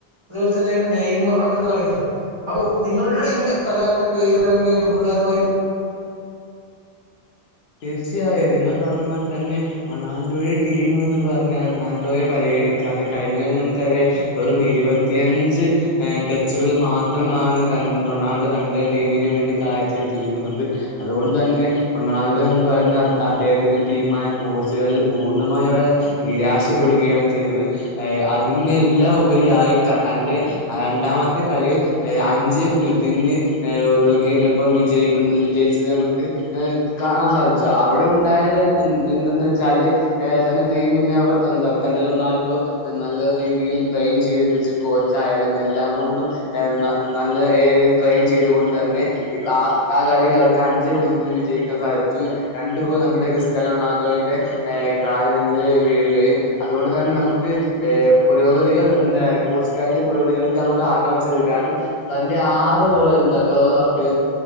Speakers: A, on the right; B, on the left.
A: അതുപോലെ തന്നെ നെയ്മർ അവര് കളിക്കുന്ന അപ്പോ നിങ്ങളുടെ ടീമിലെ കളാറിന്റെ പേര് പറഞ്ഞങ്കിൽ ഒരു ഉപകാരമായി
B: തീർച്ചയായും നിങ്ങൾ പറഞ്ഞ പോലെ തന്നെ റൊണാൾഡോയുടെ ടീമ എന്ന് പറഞ്ഞാൽ റൊണാൾഡോയെ പരിഗണിക്കാതെ കഴിഞ്ഞിൽ നമുക്കറിയ വെറും ഇരുപത്തിയഞ്ച് ടെച്ചുകളിൽ മാത്രമാണ് ത റൊണാൾഡോ തന്റെ ടീമിന് വേണ്ടി കാഴ്ച്ച വച്ചിരിക്കുന്നത് അതുകൊണ്ട് തന്നെ റൊണാൾ എന്ന് പറയുന്ന അദ്ദേഹത്തിന്റെ ടീമായ പോർച്ചുഗല് പൂർണ്ണമായ അവടെ നിരാശപ്പെടുകയാണ് ചെയ്തത് ഏ അതിനെല്ലാം ഉപരിയായി തന്റെ രണ്ടാമത്തെ കളിയിൽ അഞ്ച്പൂജ്യത്തിന് ഏ രോഗിയോടപ്പം വിജയിക്കുന്നു വിജയിച്ചത് നമുക്ക് കാണാൻ സാധിച്ചു അവിടെ ഉണ്ടായത് എ എന്തെന്ന് വെച്ചാല് ഏതാണ് ടീമിന അവർ എന്താ തന്റെ റൊണാൾഡോ. നല്ല രീതിയിൽ ട്രെയിൻ ചെയ്തിപ്പിച്ച് കോച്ച് ആയാലും എല്ലാം കൊണ്ടും നല്ല ട്രെയിൻ ചെയ്തു കൊണ്ട് തന്നെ ഇപ്പ ആഹ് ആ കളിയിൽ അവർക്ക് അഞ്ചേപൂജ്യത്തിന് വിജയിക്കും ക്കാൻ സാധിച്ചു രണ്ടു ഗോൾ നമ്മുടെ ക്രിസ്ത്യാന റൊണാൾഡോയുടെ ഏഹ് കാലിൽ നിന്ന് വീഴുകയും അതുകൊണ്ട് തന്നെ നമുക്ക് ഏഹ് പുരോഗതികൾ എന്താ? പോർച്ചുഗാലിലെ പുരോഗതികൾക്ക് നമുക്ക് ആകാംക്ഷയത് കാരണം തന്റെ ആറ് <unintelligible> എന്താ അതായത് ലോകകപ്പിൽ